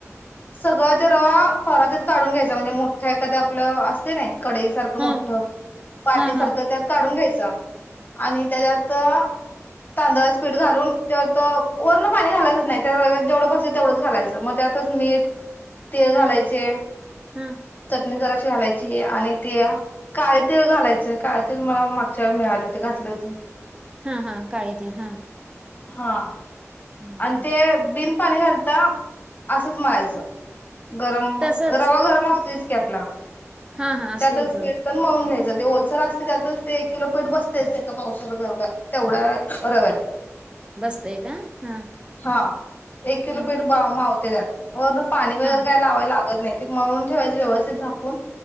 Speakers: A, on the left; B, on the right.
A: सगळं ते रवा परातीत काढून घ्यायचा म्हणजे मोठ एखाद्या आपलं असते ना. कडई सारखं मोठं,
B: हा हा
A: पाटी
B: हा
A: सारखं
B: हा
A: त्यात काढून घ्यायचं. जा आणि त्याच्यात तांदळच पीठ घालून ते वरण पाणी घालायचं. नाही त्या रव्यात जेवढ बसल तेवढंच घालायचं मग त्यातच मीठ तेल घालायचे.
B: हा हा
A: जराशी घालायची आणि ते काळे तीळ घालायचंय काळ ते मला मागच्यावर मिळाले होते घातले होते मी.
B: हा हा काळे तीळ हा
A: हा
B: हम्म
A: आणि ते बिन पाणी घालता असंच माळायचं गरम
B: तसच
A: रवा गरम असता तीच की आपला
B: हा हा असतोय
A: त्यातच
B: की होय
A: कीर्तन मळून घ्यायचं. ते ओलसर असते त्यातच ते एक किलो पीठ बसतय एका पावशेर जवढ्या तेवढ्या रव्यात.
B: बसतय का हा.
A: हा एक किलो
B: हा
A: पीठ मावतंय. त्याच्याच वरन पाणी वगैरे
B: हा
A: काही लावाय लागत नाही. ते मळून ठेवायचे व्यवस्थित झाकून